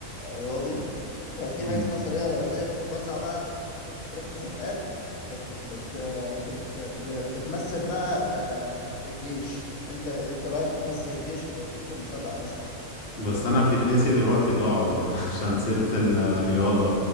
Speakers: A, on the left; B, on the left.
A: رياضي ففي
B: مم.
A: حاجة اسمها سرية رياضية بتتوزع بقى تروح مسابقات بت بت بت ب- بتمثل بقى آه، الجيش انت انت رايح تمثل الجيش في في مسابقة مثلا
B: بس انا في تنسي دلوقتي ضاع <laughs> عشان سبت الرياضة